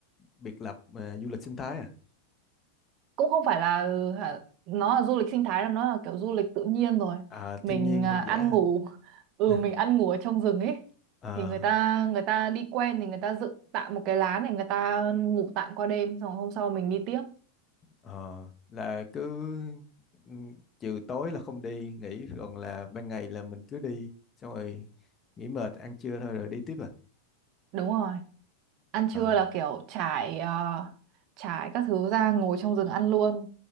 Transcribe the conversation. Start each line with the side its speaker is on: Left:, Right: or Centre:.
Left: biệt lập à, du lịch sinh thái à,
Right: cũng không phải là ừ, hả, nó là du lịch sinh thái là nó là kiểu du lịch tự nhiên rồi
Left: à
Right: mình
Left: thiên nhiên hoang
Right: à, ăn
Left: dã
Right: ngủ
Left: <laughs>
Right: <laughs> ừ
Left: hả?
Right: mình ăn ngủ ở trong rừng ấy
Left: Ờ,
Right: thì người ta người ta đi quen thì người ta dựng tạm một cái lán để người ta ngủ tạm qua đêm xong rồi hôm sau mình đi tiếp
Left: ờ, là cứ ừ, trừ tối là không đi nghỉ còn là ban ngày là mình cứ đi xong rồi nghỉ mệt ăn trưa thôi rồi đi tiếp à
Right: đúng rồi ăn
Left: Ờ,
Right: trưa là kiểu trải ờ, trải các thứ ra ngồi trong rừng ăn luôn